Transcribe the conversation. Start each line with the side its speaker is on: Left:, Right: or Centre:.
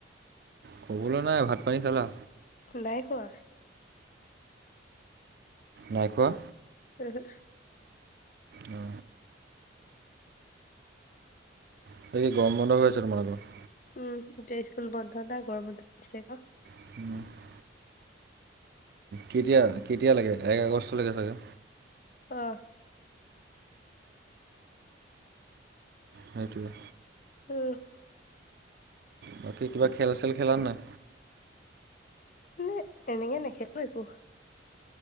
Right: ক'বলৈ নাই। ভাত-পানী খালা?
Left: নাই খোৱা।
Right: নাই খোৱা?
Left: উ, হু।
Right: অ। এতিয়া কি গৰম বন্ধ হৈ আছে তোমালোকৰ?
Left: উম, এতিয়া স্কুল বন্ধ না। গৰম বন্ধ দিছে আক'।
Right: <inaudible> কেতিয়া কেতিয়ালৈকে? এক আগষ্টলৈকে চাগে?
Left: অ।
Right: সেইটোৱে।
Left: উম।
Right: বাকী কিবা খেল-চেল খেলা নাই?
Left: উম তেনেকে নেখেলো একো।